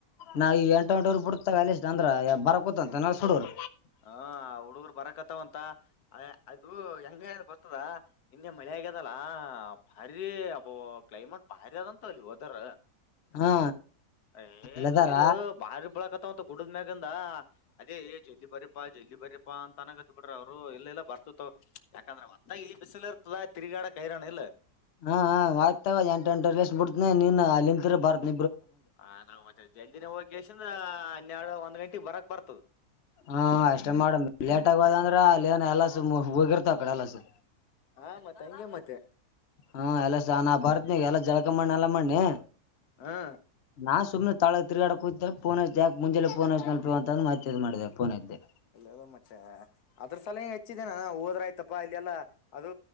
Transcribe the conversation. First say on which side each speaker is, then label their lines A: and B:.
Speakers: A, on the left; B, on the left.
A: ನಾ ಈ ಎಂಟು ಎಂಟವ್ರರು ಬಿಡತಾಗ ಅಲ್ಲಿ ಇಷ್ಟ ಅಂದ್ರೆ ಬರ ಕುೂತ ಅಂತ ನುಡರು
B: ಹ ಹುಡುಗರು ಬರಕತ್ತವಂತ ಅದು ಹೆಂಗ ಅ ಗೊತ್ತದ ನಿನ್ನೆ ಮ ಹೇಗ ಅದಲ್ಲ ಭಾರಿ ಅಬ್ ಕ್ಲಮೇಟ್ ಭಾರಿ ಅದಂತ ಅಲ್ಲಿ ವೆದರ್
A: ಹಾ
B: ಏ
A: ಲೆದಾರ
B: ನೀರು ಭಾರಿ ಬೆಳಕ ಅಂತ ಗುಡದ್ ಮ್ಯಾಲಿಂದ ಅದೇ ಬರಿಪಾ ಜಲ್ಲಿಲಿ ಬರಿಪಾ ಅಂತನ ಕತ್ ಬಿಟ್ರ ಅವ್ರು ಎಲ್ಲ ಬರ್ತತವ್ ಯಾಕಂದ್ರೆ ಒಂದ ಬಿಸ ಇರ್ತದ ತಿರಿಗಾಡ ಕೈರಾಣ ಅಲ್ಲೇ
A: ಹಾ ಆಯ್ತುಗೋ ಎಂಟ ಎಂಟ ಲಿಷ್ಟ್ ಬಿಡ್ತನಿ ನೀನ್ ಅಲ್ಲಿಂತ ಬರ್ತ್
B: ಹಾ ನಾವ್ ಜಲ್ದಿನ ಹೋಗ್ಕ್ಯಾಸಿಂದ ಹನ್ನೆರಡು ಒಂದ್ ಗಂಟೀಗ್ ಬರಾಕ್ ಬರ್ತದ
A: ಹಾ ಅಷ್ಟೇ ಮಾಡಂ ಲೇಟ್ ಹೋದ್ವಂದ್ರ ಅಲ್ಲೇನ ಎಲ್ಲನ ಎಲ್ಲಾ ಸುಮ್ ಹೋಗಿರ್ತಾವ ಆಕಡೆ ಎಲ್ಲಸು
B: ಹಾ ಮತ್ತೆ ಹಂಗೆ ಮತ್ತೆ
A: ಹಾ ಎಲ್ಲ ಸ ನಾ ಬರತ್ನ ಎಲ್ಲಾ ಜಲಕ ಮಾಡೇನೆಲ್ಲಾ ಮಾಡನಿ
B: ಹಾ
A: ನಾ ಸುಮ್ನ ತಳಗ್ ತಿರ್ಗಾಡಕ್ ಹೋಕ್ತಾರೆ ಫೋನ್ ಹಚ್ದ್ಯಾ ಯಾಕ್ ಮುಂಜಾನೆ ಫೋನ್ ಹಚ್ದ್ಯಾ ನೆನ್ಪಿಲ್ಲ ಅಂತ ಮತ್ ಇದು ಮಾಡ್ದ್ಯಾ ಫೋನ್ ಎತ್ತಿ
B: ಅಲ್ಲದ ಮತ್ತೆ ಅದ್ರ ಸಲಾಗಿ ಹಚ್ಚಿದೆೇ ನಾ ಹೋದ್ರ ಆಯ್ ತ್ತಪ್ಪಾ ಇಲ್ಲಿ ಎಲ್ಲ ಅದು